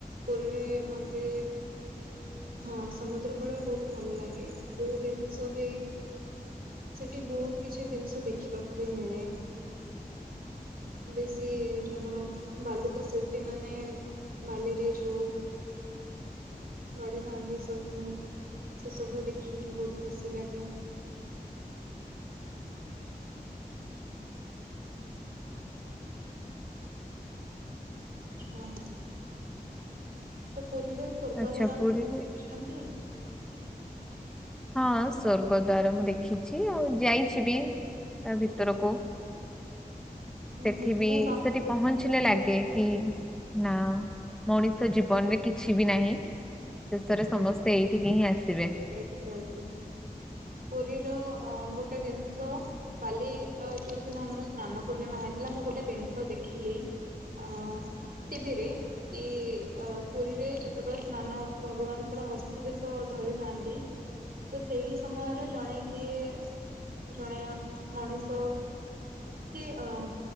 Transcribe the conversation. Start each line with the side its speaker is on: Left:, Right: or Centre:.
Right: ପୁରୀରେ ମତେ ହଁ ସମୁଦ୍ର କୂଳରେ ବହୁତ ଭଲ ଲାଗେ ବହୁତ ଜିନିଷ ବି। ସେଠି ବହୁତ କିଛି ଜିନିଷ ଦେଖିବାକୁ ବି ମିଳେ। ବେଶ୍। ଯୋଉ ଆମର ବାଲୁକା ଶିଳ୍ପୀ ମାନେ ବାଲିରେ ଯୋଉ। ଗଢିଥାନ୍ତି ସବୁ ମୁଁ ସେ ସବୁ ଦେଖିକି ବହୁତ ଖୁସି ଲାଗେ। ଆଚ୍ଛା। ତ ପୁରୀର ସ୍ଵର୍ଗଦ୍ଵାର
Centre: ଆଚ୍ଛା
Right: ଆପଣ
Centre: ପୁରୀରେ
Right: ତ ଦେଖିଛନ୍ତି ଆଉ।
Centre: ହଁ ସ୍ଵର୍ଗଦ୍ଵାର ମୁଁ ଦେଖିଛି ଆଉ ଯାଇଛି ବି ତା ଭିତରକୁ।
Right: <inaudible>
Centre: ସେଠି ବି
Right: ମୁଁ ବା
Centre: ସେଠି ପହଞ୍ଚିଲେ ଲାଗେ କି। ନା ମଣିଷ ଜୀବନରେ କିଛି ବି ନାହିଁ ଶେଷରେ ସମସ୍ତେ ଏଇ। ଏଠିକି ହିଁ ଆସିବେ।
Right: ସେଇଠିକି ଆସିବେ ପୁରୀର ଅ ଗୋଟେ ଜିନିଷ। କାଲି ଯୋଉ ଦିନ ଆମର ସ୍ନାନ ପୂର୍ଣ୍ଣିମା ହେଇଥିଲା ମୁଁ ଗୋଟେ ଜିନିଷ ଦେଖିଲି। ଆଁ ଟିଭିରେ କି ପୁରୀରେ ଯେତେବେଳେ ସ୍ନାନ ଭଗବାନଙ୍କର ହ ହସ୍ତୀ ବେଶ ଧରିଥାନ୍ତି ତ ସେଇ ସମୟରେ ଜଣେ କିଏ। ଜଣେ ମଣିଷ କି ଅ।